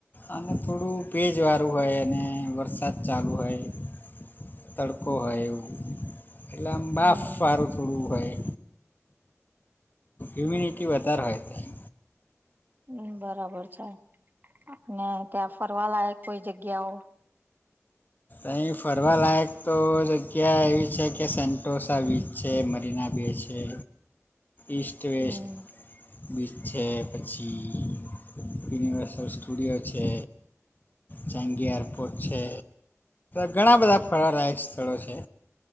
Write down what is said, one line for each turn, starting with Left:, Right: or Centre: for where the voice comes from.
Left: અને થોડું ભેજવારું હોય અને વરસાદ ચાલુ હોય. તડકો હોય, એવું એટલે આમ બાફ
Right: હમ.
Left: વારું. થોડું હોય, ઇમ્યુનિટી વધારે હોય ત્યાં.
Right: હમ્મ, બરાબર છે, અને ત્યાં ફરવા લાયક કોઈ જગ્યાઓ
Left: અહીં ફરવાલાાયક તો જગ્યા એવી છે, કે સેન્ટોસા વીચ છે, મરીના બે છે.
Right: <unintelligible>
Left: ઇસ્ટ-વેસ્ટ.
Right: હમ.
Left: બીચ છે, પછી યુનિવર્સલ સ્ટુડિયો છે. ચાંગીયાર એયરપોર્ટ છે. ઘણા બધા ફળવાલાાયક સ્થળો છે,